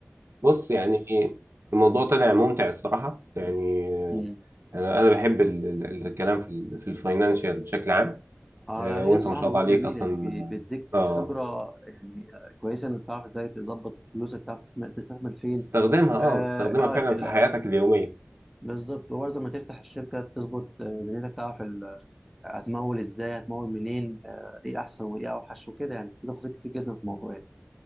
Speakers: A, on the right; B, in the centre.
A: بص يعني إيه، الموضوع طلع ممتع الصراحة يعني
B: امم
A: آه، انا انا بحب ال- ال- الكلام في ال- في الفاينانشال بشكل عام
B: اه
A: آه،
B: لا هي
A: وانت
B: الصراحه
A: ما شاء
B: الموضوع
A: الله عليك
B: جميل
A: اصلا
B: يعني بي- بيديك
A: اه
B: خبره يعني كويسه انك تعرف ازاي تظبط فلوسك تعرف تستثمر تستثمر فين
A: تستخدمها
B: اه,
A: اه تستخدمها
B: آه
A: فعلا
B: لا،
A: في حياتك اليومية
B: بالظبط وبرضه لما تفتح الشركه تظبط آه، دنيتك تعرف ال- هتمول ازاي هتمول منين آه ايه احسن وايه اوحش وكده يعني في تفاصيل كتير جدا في الموضوع يعني